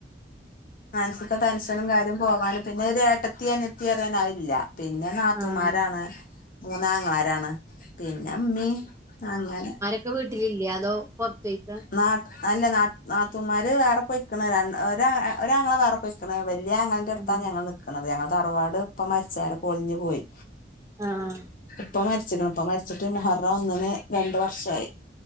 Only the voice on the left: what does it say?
മനസ്സ്ത്തെ ടെൻഷനും കാര്യം പോകാനും പിന്നൊരു ഏട്ടത്തി അനിയത്തി അറിയാന് അതില്ല പിന്ന നാത്തുമാരാണ്
മൂന്നാങ്ങളാരാണ് പിന്നെ ഇമ്മീം അങ്ങനെ
നാത് അല്ല നാത് നാത്തുന്മാര് വേറെപ്പൊയ്ക്കണ് രൺ ഒരാ ഒരാങ്ങളെ വേറെപ്പൊയ്ക്കണ് വെൽയാങ്ങൾ ന്റട്ത്താണ്
ഞങ്ങൾ നിക്ക്ണത് ഞങ്ങളെ തറവാട് ഇപ്പ മരിച്ചാരെ പൊളിഞ്ഞുപോയി
ഉപ്പ മരിച്ച്ക്ക്ണ് ഉപ്പ മരിച്ചിട്ട് മുഹറം ഒന്നിന് രണ്ട് വർഷായി